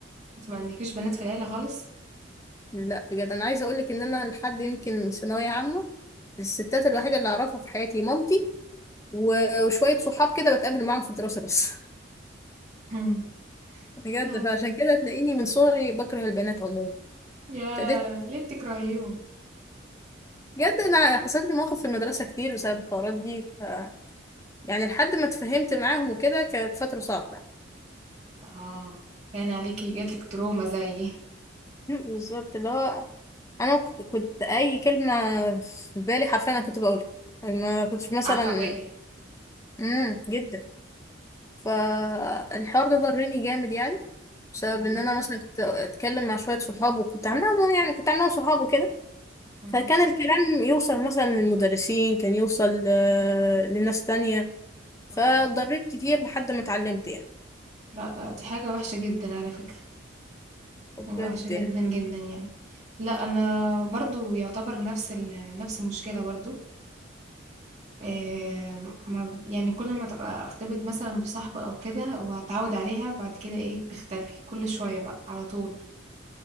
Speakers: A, on the right (about 35°); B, on the left (about 15°).
A: انت ما عندكيش بنات في العيلة خالص
B: لا بجد انا عايزة اقولك ان انا لحد يمكن ثانوية عامة الستات الوحيدة اللي اعرفها في حياتي مامتي و- وشوية صحاب كده بتقابل معاهم في الدراسة بس
A: <laughs> مم.
B: <laughs> بجد
A: آه.
B: فعشان كده تلاقيني من صغري بكره البنات عموما
A: يا
B: ابتديت
A: ليه بتكرهيهم
B: بجد انا حصلت لي مواقف في المدرسة كتير بسبب الحوارات دي ف... يعني لحد ما اتفهمت معاهم وكده كانت فترة صعبة
A: اه كان عليكي جاتلك تروما زي
B: <laughs> بالظبط اللي هو انا كنت كنت اي كلمة في بالي حرفيا انا كنت بقولها ما كنتش مثلا
A: عفوية
B: امم جدا فالحوار ده ضرني جامد يعني بسبب
A: تمام
B: ان انا مثلا كنت اتكلم مع شويه صحاب وكنت عاملاهم يعني كنت عاملاهم صحاب وكده
A: اهم.
B: فكان الكلام يوصل مثلا للمدرسين كان يوصل آه، لناس تانية فضريت
A: آه.
B: كتير لحد ما اتعلمت يعني
A: لأ، ده دي حاجة وحشة جدًا على فكرة، حاجة
B: بجد
A: وحشة جدًا،
B: يعني
A: جدًا يعني. لأ، أنا برضه يعتبر نفس ال نفس المشكلة برضه، آآ، ما يعني كل ما تبقى أرتبط مثلًا بصاحبة أو كده وأتعود عليها، بعد كده إيه، تختفي كل شوية بقى على طول،